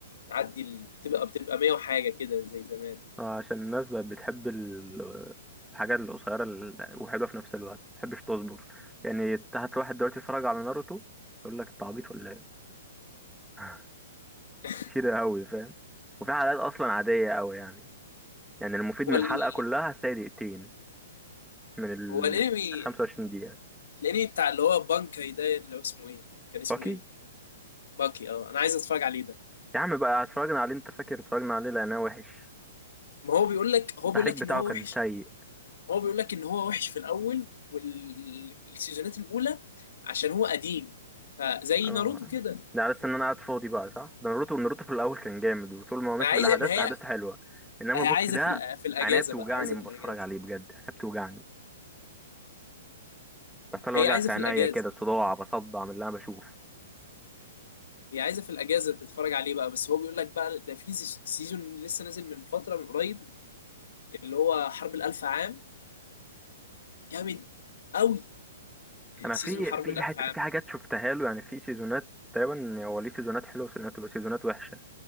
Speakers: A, on the left; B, in the centre.
A: بتعدي ال... بتبقى بتبقى 100 وحاجه كده زي زمان
B: آه، عشان الناس بقت بتحب ال- الحاجات القصيرة ال- وحلوة في نفس الوقت متحبش تصبر يعني تحت واحد دلوقتي يتفرج على ناروتو يقول لك انت عبيط ولا ايه <laughs>
A: <laughs>
B: كتير قوي فاهم وفي حلقات اصلا عادية قوي يعني يعني المفيد
A: هو
B: من
A: ال...
B: الحلقة كلها هتلاقي دقيقتين من ال
A: هو الانمي
B: 25 دقيقة
A: الانمي بتاع اللي هو بانكاي ده اللي هو اسمه ايه كان اسمه
B: اوكي
A: ايه باكي اه انا عايز اتفرج عليه ده
B: يا عم بقى اتفرجنا عليه انت فاكر اتفرجنا عليه لانه وحش
A: ما هو بيقول لك هو
B: التحريك
A: بيقول لك
B: بتاعه
A: ان هو
B: كان
A: وحش
B: سيء
A: هو بيقول لك ان هو وحش في الاول والسيزونات الاولى عشان هو قديم فزي
B: اه
A: ناروتو كده
B: ده على أساس ان انا قاعد فاضي بقى صح ده ناروتو ناروتو في الاول كان جامد وطول ما هو ماشي
A: ما عايز
B: في الاحداث
A: ما هي
B: احداث حلوه انما
A: هي
B: بوكي
A: عايزه
B: ده
A: في الأ- في الاجازه
B: عينيا بتوجعني
A: بقى عايزه
B: لما
A: في الاجازه
B: بتفرج عليه بجد عينيا بتوجعني بحصل لي
A: هي
B: وجع
A: عايزه
B: في
A: في
B: عينيا
A: الاجازه
B: كده صداع بصدع من اللي انا بشوفه
A: هي عايزه في الاجازه تتفرج عليه بقى بس هو بيقول لك بقى ده في سيز- سيزون لسه نازل من فتره من قريب اللي هو حرب الالف عام جامد قوي
B: انا
A: سيزون
B: في
A: الحرب
B: في
A: الالف
B: حت...
A: عام
B: في حاجات شفتها له يعني في سيزونات تقريبا هو ليه سيزونات حلوه وسيزونات سيزونات وحشه